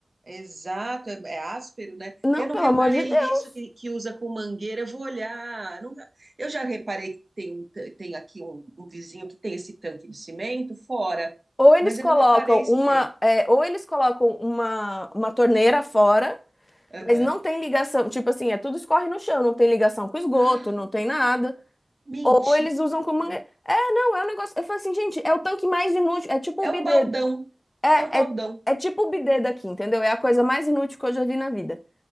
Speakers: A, on the right; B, on the left.
A: exato, é, é áspero, né?
B: Não,
A: Eu não
B: pelo
A: reparei
B: amor de Deus.
A: isso que, que usa com mangueira, eu vou olhar. Não- eu já reparei que tem, um, ta- tem aqui um, um vizinho que tem esse tanque de cimento fora,
B: Ou eles
A: mas eu
B: colocam
A: não reparei
B: uma,
A: se tem.
B: é, ou eles colocam uma, uma torneira fora,
A: Aham.
B: mas não tem
A: <gasps>
B: ligação. Tipo assim, é tudo escorre no chão, não tem ligação com esgoto,
A: Ah,
B: não tem nada.
A: mentira!
B: Ou eles usam com mangueira. É, não, é um negócio. Eu falo assim, gente, é o tanque mais inútil. É tipo
A: É
B: o bidê.
A: um baldão,
B: É,
A: é um baldão.
B: é, é tipo o bidê daqui, entendeu? É a coisa mais inútil que eu já vi na vida.